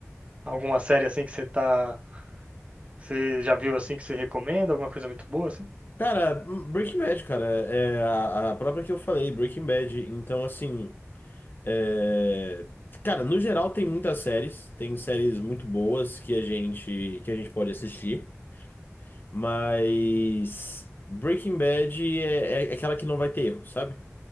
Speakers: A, on the right; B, on the left.
A: alguma série assim que você tá. Você já viu assim que você recomenda? Alguma coisa muito boa, assim?
B: Cara, hum, Breaking Bad, cara, é é a, a própria que eu falei, Breaking Bad. Então, assim, é... Cara, no geral tem muitas séries, tem séries muito boas que a gente que a gente pode assistir. Mas Breaking Bad é, é aquela que não vai ter erro, sabe?